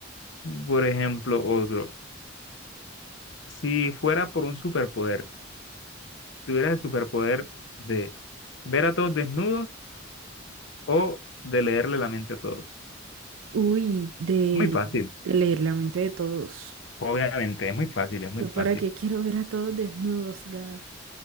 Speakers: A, on the left; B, on the right.
A: Por ejemplo, otro. Si fuera por un superpoder, tuvieras el superpoder de ver a todos desnudos o de leerle la mente a todos.
B: Uy, de,
A: Muy fácil,
B: de leer la mente de todos.
A: obviamente, es muy fácil, es muy
B: ¿Yo para
A: fácil.
B: qué quiero ver a todos desnudos, Gab?